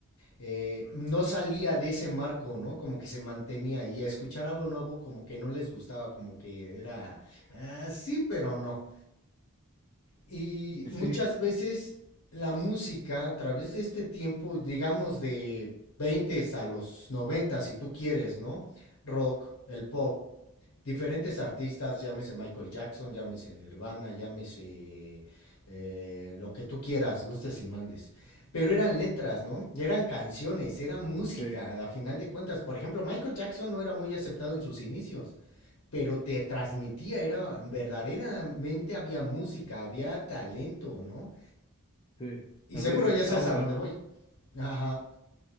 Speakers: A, on the left; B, on the left.
A: eh, no salía de ese marco, ¿no? Como que se mantenía y a escuchar algo nuevo como que no les gustaba, como que era, ah, sí, pero no. Y
B: Y
A: muchas
B: Sí,
A: veces la música, a través de este tiempo, digamos de 20 a los 90, si tú quieres, ¿no? Rock, el pop, diferentes artistas, llámese Michael Jackson, llámese Nirvana, llámese eh, lo que tú quieras, gustes y mandes. Pero eran letras, ¿no? Eran canciones, era música,
B: Sí,
A: a final de cuentas. Por ejemplo, Michael Jackson no era muy aceptado en sus inicios pero te transmitía, era verdaderamente había música, había talento, ¿no?
B: sí,
A: Y
B: había
A: seguro
B: el
A: ya sabes
B: aura,
A: a dónde
B: ¿no?
A: voy. Ajá.